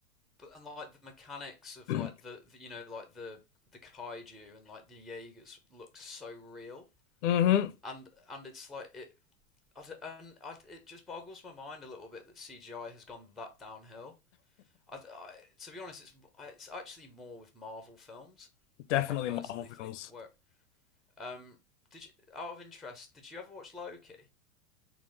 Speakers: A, in the centre; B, on the left.
A: but and like the mechanics
B: <clears throat>
A: of like the, the you know like the the kaiju and like the Jaegers look so real,
B: Mm-hmm.
A: and and it's like it. I d and I, it just boggles my mind a little bit that CGI has gone that downhill. I, I- to be honest, it's it's actually more with Marvel films.
B: Definitely
A: I personally
B: Marvel films.
A: think where um did you out of interest did you ever watch Loki